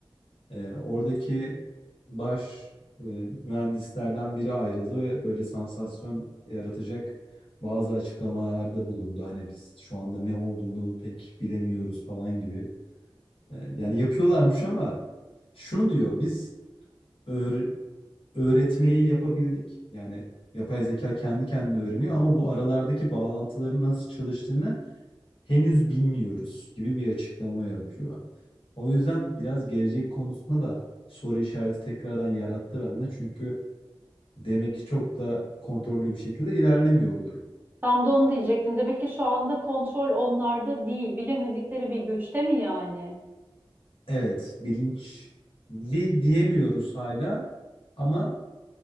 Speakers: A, on the left; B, on the right.
A: Ee, oradaki baş e, mühendislerden biri ayrıldı ve böyle sansasyon yaratacak bazı açıklamalarda bulundu. Hani biz şu anda ne olduğunu pek bilemiyoruz falan gibi. Ee, yani yapıyorlarmış ama şunu diyor, biz öğre- öğretmeyi yapabildik. Yani yapay zeka kendi kendine öğreniyor ama bu aralardaki bağlantıların nasıl çalıştığını henüz bilmiyoruz gibi bir açıklama yapıyor. O yüzden biraz gelecek konusunda da soru işareti tekrardan yarattı bende. Çünkü demek ki çok da kontrollü bir şekilde ilerlemiyor bu durum.
B: Tam da onu diyecektim. Demek ki şu anda kontrol onlarda değil. Bilemedikleri bir güçte mi yani?
A: Evet, bilinçli diyemiyoruz hala ama